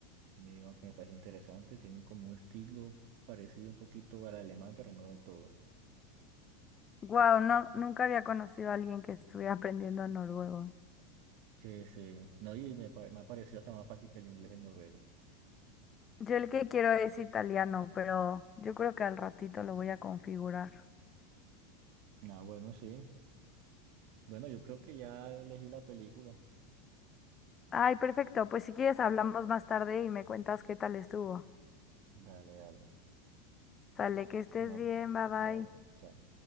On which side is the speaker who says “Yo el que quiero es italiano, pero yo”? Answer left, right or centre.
Left